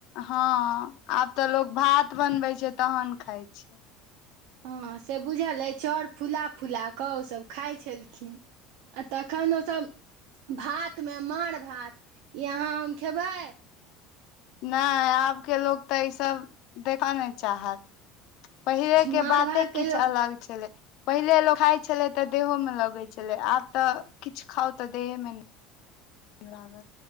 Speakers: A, on the left; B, on the right.
A: हँ आब त लोग भात बनबे छै तहन खाय छै
B: हँ से बुझल अछि चाउर फुला फुला क ओसभ खाइ छलखिन आ तखन ओसभ भातमे माड़ भात ई अहाँ हम खेबै
A: न आब के लोक त ई सब देखे नई चाहत पहिले के
B: माँड़
A: बाते
B: भात कहियो
A: किछु अलग छलै पहिले लोको खाय छले त देहो में लगे छले आब त किछु खाउ त देहे मे ने लागल